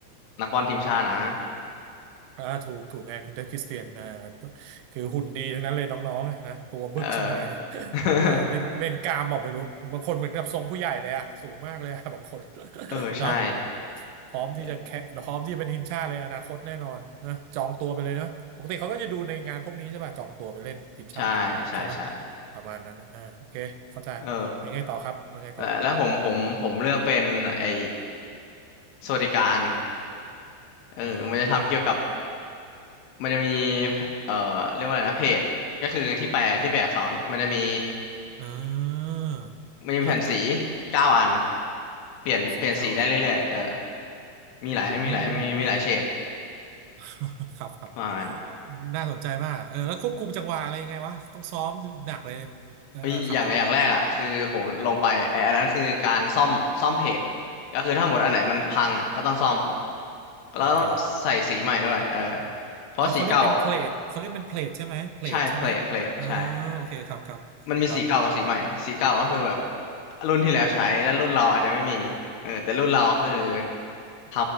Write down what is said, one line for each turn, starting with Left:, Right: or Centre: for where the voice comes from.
Left: นักบอลทีมชาตินะ
Right: อ่าถูกถูกไงครุงเดฟคริสเตียนอ่าคือหุ่นดีทั้งนั้นเลยน้องๆอะนะตัวบึกชิบหายเลย
Left: เออ
Right: <laughs>
Left: <laughs>
Right: เออเล่นเล่นกล้ามบอกไม่รู้บางคนเหมือนกับทรงผู้ใหญ่เลยอะสูงมากเลยอะ <laughs> บางคน <laughs>
Left: เออใช่
Right: เนาะพร้อมที่จะแข่งพร้อมที่จะเป็นทีมชาติเลยอนาคตแน่นอนนะจองตัวไปเลยนะปกติเขาก็จะดูในงานพวกนี้ใช่ป่ะจองตัวไปเล่นทีมชาติใช่ไหม
Left: โหใช่ใช่ใช่
Right: ประมาณนั้นนะอ่าโอเคเข้าใจแล้วไงต่อครับแล้วไงต่อ
Left: เออแล้วแล้วผมผมผมเลือกเป็นไอ้สวัสดิการเออมันจะทำเกี่ยวกับ
Right: อ๋อ
Left: มันจะมีเอ่อเรียกว่าอะไรนะเพจก็คือที่แปลที่แปลอักษรมันจะมี
Right: อ่า
Left: มันจะมีแผ่นสี
Right: ครับครับ
Left: เก้าอันเปลี่ยนเปลี่ยนสีได้เรื่อยๆเออ
Right: กันสี่เก้าอัน
Left: มีหลายมีหลายมีมีหลายเฉด
Right: อืม <laughs> ครับครับ
Left: ว่างั้น
Right: น่าสนใจมากอะเออแล้วควบคุมจังหวะอะไรยังไงวะ ต้องซ้อมหนักเลยเออเออครับครับครับ
Left: เอ้ยอย่างอย่างแรกอ่ะคือผมลงไปไอ้อันนั้นคือการซ่อมซ่อมเพจก็คือถ้าหมดอันไหนมันพังอ่ะก็ต้องซ่อมแล้วก็ต้องใส่สีใหม่ด้วยเออ
Right: โอเค
Left: เพราะสีเก่า
Right: อ๋อเขาเรียกเป็นเพลทเขาเรียกเป็นเพลทใช่ไหมเพลทใช่ไหมเออ
Left: ใช่เพลทเพลทใช่
Right: โอเคครับครับครับ
Left: มันมีสีเก่ากับสีใหม่สีเก่าก็คือแบบรุ่นที่แล้วใช้แล้วรุ่นเราอาจจะไม่มีเออแต่รุ่นเราคือท